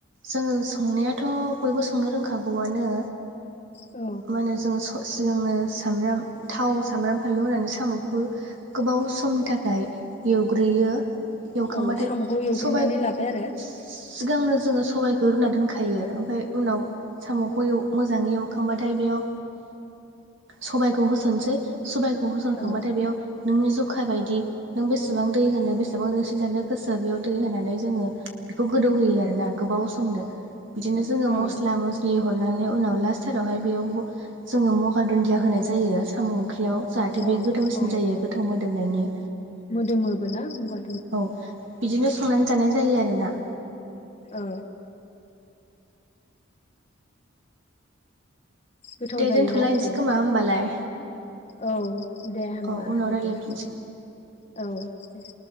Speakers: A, on the right (about 65°); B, on the left (about 30°).
A: जोङो संनायाथ' बयबो संनो रोंखागौआनो
B: अ
A: मा जों सिगांनो सामब्राम थाव सामबाम फानलु होनानै साम'खौ गोबाव समनि थाखाय एवग्रोयो एवखांबाथाय
B: औ साम'खौ एवग्रोनानै
A: सबबाय
B: लाबाय आरो
A: सिगांनो जोङो सबायखौ रुना दोनखायो ओमफ्राय उनाव साम' ख मोजाङै एवखांबाथाय बेयाव सबायखौ होसनसै सबायखौ होसनखांबाथाय
B: औ
A: बेयाव नोंनि जखा बायदि नों बेसेबां दै होनो बेसेबां रोसि जानो गोसो बेयाव दै होनानै जोङो बेखौ गोदौ होयो आरो ना गोबाव सम बिदिनो जोङो मस्ला
B: औ
A: मस्लि हरनानै उनाव लास्त थारावहाय बेयाव जों मगा दुन्दिया होनाय जायो साम' ओंख्रियाव, जाहाथे बे
B: औ
A: गोथावसिन
B: औ
A: जायो
B: औ
A: गोथाव मोदोमनायनि।
B: मोदोमोबो ना मगा
A: औ बिदिनो संनानै जानाय जायो आरोना।
B: ओ। गोथाव
A: दे
B: जायोना
A: दोनथ'लायनोसै
B: लोगो
A: खोमा होमबालाय
B: औ दे होनबा
A: औ उनाव
B: लोगो
A: रायज्लायफिनसै
B: औ दे